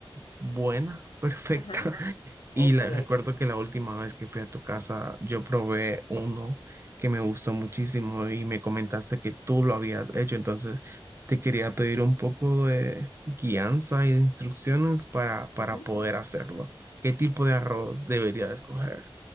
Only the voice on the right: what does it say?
buena, <laughs> perfecta.
Y
la- recuerdo que la última vez que fui a tu casa, yo probé uno que me gustó muchísimo y me comentaste que tú lo habías hecho. Entonces, te quería pedir un poco de guianza y de instrucciones para, para
poder hacerlo. ¿Qué tipo de arroz debería de escoger?